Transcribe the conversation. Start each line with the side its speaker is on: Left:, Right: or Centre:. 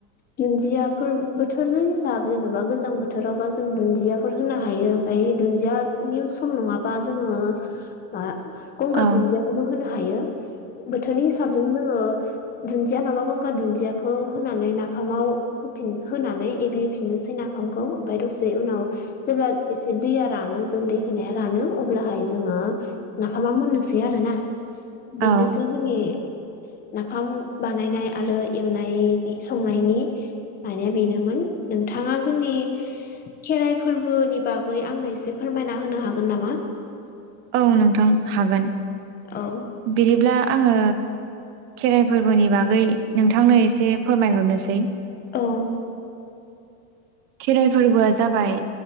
Left: दुन्दियाफ फोर बोथोरजों हिसाब जेन'बा गोजां बोथोरावबा जों दुन्दियाफोर होनो हायो ओमफाय दुन्दिया निसम नङाबा जोङो मा गंगार
Right: औ
Left: दुन्दियाखौबो होनो हायो बोथोरनि हिसाबजों जोङो दुन्दिया माबा गंगार दुन्दियाखौ होनानै नाफामाव होफिन होनानै एग्लिफिननोसै ना फामखौ ओमफ्राय दसे उनाव जेब्ला एसे दैया रानो जों दै होनाया रानो अब्लाहाय जोङो नाफामा मोननोसै आरोना बेनोसै
Right: औ
Left: जोंनि ना फाम बानायनाय आरो एवनायनि संनायनि <unintelligible> बेनोमोन नों थाङा जोंनि खेराइ फोरबोनि बागै आंनो एसे फोरमायना होनो हागोन नामा
Right: औ नोंथां हागोन
Left: औ
Right: बिदिब्ला आङो खेराइ फोरबोनि बागै नोंथांनो एसे फोरमायहरनोसै
Left: औ
Right: खेराइ फोरबोआ जाबाय